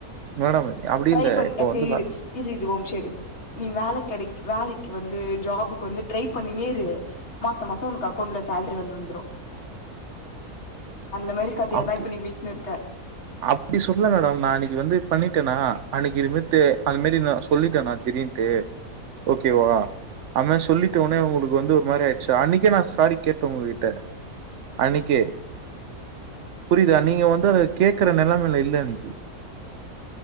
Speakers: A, on the right; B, on the left.
A: மேடம் அப்டி
B: ட்ரை
A: இல்ல
B: பண்ட
A: இப்போ வந்து
B: சேர் இரு இரு இரு ஒரு நிமிஷோ இரு நீ வேல கெடெக் வேலைக்கு வந்து ஜாபுக்கு வந்து ட்ரை பண்ணினே இரு மாசோ மாசோ உனக்கு அக்கௌண்ட்ல சேல்ரி வந்து விழுந்துரு அந்த மேரி கத்தையதா
A: அப்
B: இப்ப நீீ வீட்டுனு இருப்ப
A: அப்டி சொல்ல மேடம் நான் அன்னைக்கு வந்து பண்ணிட்டேனா அன்னைக்கு இதுமே தே அது மாரி நா சொல்லிட்டேனா திடீர் ட்டு ஓகேவா அதமாரி சொல்லிட்டொனே உங்களுக்கு வந்து ஒரு மாரி ஆயிடுச்சு அன்னைக்கே நா சாரி கேட்டே உங்ககிட்ட அன்னைக்கே புரிதா நீங்க வந்து அத கேக்குற நெலைமல இல்ல அன்னைக்கு